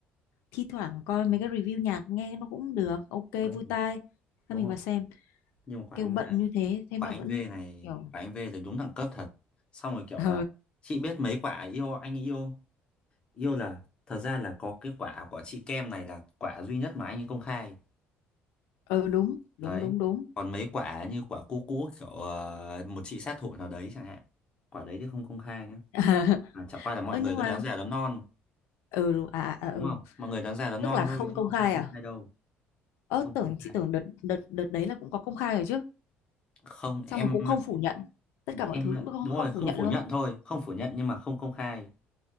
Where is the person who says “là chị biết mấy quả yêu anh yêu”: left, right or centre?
Left